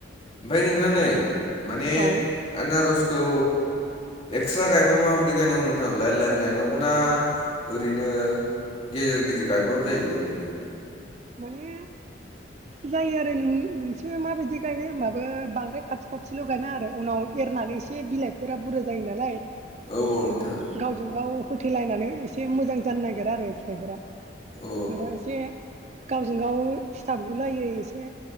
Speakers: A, on the left (about 30°); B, on the right (about 35°).
A: ओमफ्राय नोंथां नै माने
B: औ
A: आनारस खौ एक्सट्रा गायबा माबायदि गायनांगौ नोंथां लाइन लाइन गायनांगौना ओरैनो गेजेर गेजेर गायबाबो जायो ओरैनो?
B: माने जायो आरो नों नोंसो माबायदि गायनो होमबाबो बांद्राय खाथि खाथिल' गायना आरो उनाव एरना माने एसे बिलाइफोरा बुरजा जायो नालाय।
A: औ
B: बिनो
A: नोंथां
B: गावजों गाव होथलायनानै एसे मोजां जानो नागिरा आरो फिथाइफोरा
A: औ
B: नोंथाङा एसे गावजों गाव सिथाफगुलायो एसे